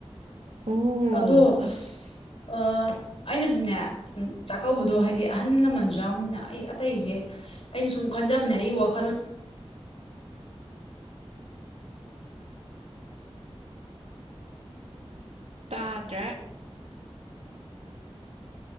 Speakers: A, on the right; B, on the left.
A: ꯑꯣ
B: ꯑꯗꫭ
A: ꯑꯁ
B: ꯑꯥ ꯑꯩꯅꯁꯨꯅꯦ ꯎ ꯆꯥꯛꯀꯧꯕꯗꯣ
A: ꯎꯝ
B: ꯍꯥꯏꯗꯤ ꯑꯍꯜ ꯂꯃꯟꯁꯨ ꯌꯥꯎꯅꯤꯅ ꯑꯩ ꯑꯇꯩꯁꯦ ꯑꯩꯅ ꯁꯨꯝ ꯈꯟꯖꯕꯅꯦ ꯑꯩ ꯋꯥꯈꯜꯅ
A: ꯇꯥꯗ꯭ꯔꯦ